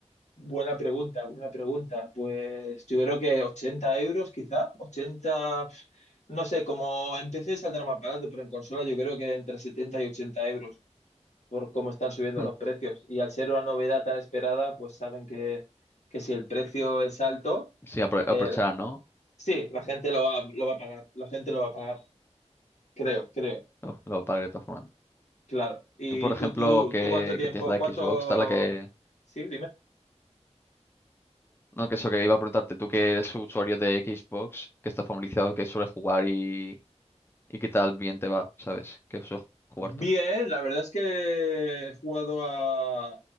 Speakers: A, on the left (about 75°); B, on the left (about 20°).
A: Buena pregunta, buena pregunta. Pues yo creo que 80 euros quizá, 80 pf, no sé, como empecé saldrá más barato, pero en consola yo creo que entre 70 y 80 euros por cómo están subiendo
B: <laughs>
A: los precios. Y al ser una novedad tan esperada, pues saben que, que si el precio es alto,
B: Sí, apro- aprovechar,
A: eh,
B: ¿no?
A: sí, la gente lo va, lo va a pagar, la gente lo va a pagar, creo, creo,
B: Lo, lo pagaré de todas formas.
A: claro. ¿Y
B: Tú, por ejemplo,
A: tú, tú,
B: que,
A: tú cuánto tiempo,
B: que tienes la
A: cuánto...
B: Xbox, tal, la que...
A: Sí,
B: No, que eso que iba a preguntarte, tú que eres usuario de Xbox, que estás familiarizado, que suele jugar y, y qué tal bien te va, ¿sabes? ¿Qué sueles jugar
A: Bien,
B: tú?
A: la verdad es que he jugado a,